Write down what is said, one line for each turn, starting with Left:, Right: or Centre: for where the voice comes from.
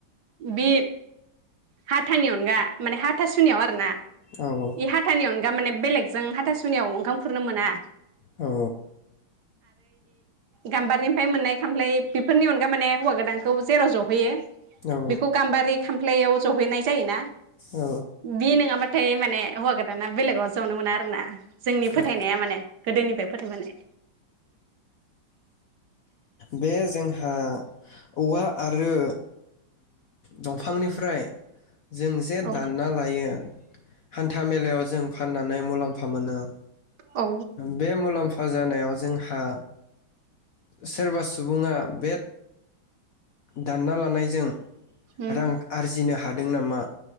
Right: बे हाथानि अनगा माने हाथासुनियाव आरो ना
Left: औ
Right: हाथानि अनगा थारमाने बेलेगजों हाथासुनियाव ओंखाम खुरनो मोना।
Left: औ।
Right: गाम्बारनिफ्राय मोननाय खामफ्लाय बेफोरनि अनगा माने हौवा गोदानखौ जेराव जहैयो
Left: औ
Right: बेखौ गामबारि खामफ्लायाव जहैनाय जायोना
Left: औ
Right: बि नोङा माने माने हौवा गोदाना बेलेगाव जनो मोना आरो ना। जोंनि फोथायनाया
Left: औ
Right: माने गोदोनिफ्राय फोथायबोनाय
Left: बे जोंहा औवा आरो दंफांनिफ्राय जों जे
Right: औ
Left: दानना लायो। हान्था मेलायाव जों फाननानै मुलाम्फा मोनो
Right: औ
Left: बे मुलामफा खहा जानायाव जोंहा सोरबा सुबुङा बे दानना लानायजों
Right: उम
Left: रां आरजिनो हादों दों नामा